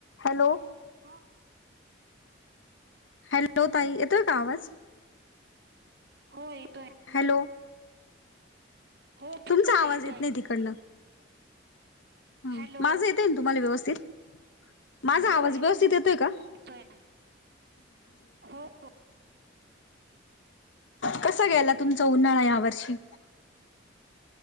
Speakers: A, on the left; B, on the right.
A: Hello.
B: मग
A: hello ताई येतोय का आवाज
B: हो येतोय.
A: हॅलो.
B: हो
A: तुमचा
B: बोला ना
A: आवाज
B: येतोय.
A: येत नाही तिकडनं ह
B: हॅलो
A: माझं येत आहे ना तुम्हाला व्यवस्थित माझा
B: हो
A: आवाज व्यवस्थित येतोय का?
B: येतोय ना हो हो
A: कस ग्यायला तुमचा उन्हाळा या वर्षी